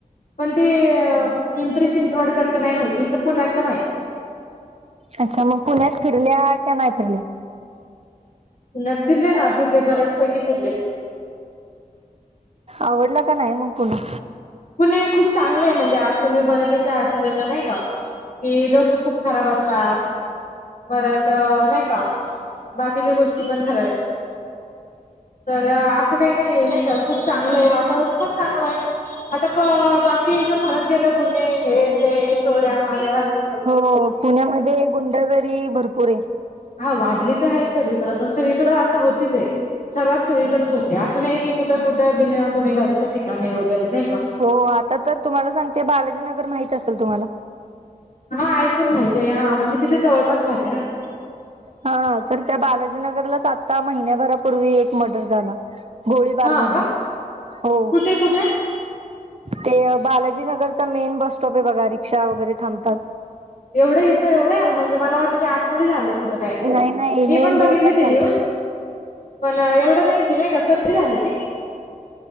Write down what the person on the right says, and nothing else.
अच्छा मग पुण्यात फिरल्या का नाही फिरल्या
आवडला का नाही मग पुन्हा
हो पुण्यामध्ये गुंडगिरी भरपूर आहे
हो आता तर तुम्हाला सांगते बालाजीनगर माहित असेल तुम्हाला
हा तर त्या बालाजीनगरलाच आता महिन्याभरापूर्वी एक मर्डर झाला गोळीबार
झाणे
हो
ते बालाजी नगरचा मेन बस स्टॉप आहे बघा रिक्षा वगैरे थांबतात.
नाही नाही
मेन
रोडलाच
झाला.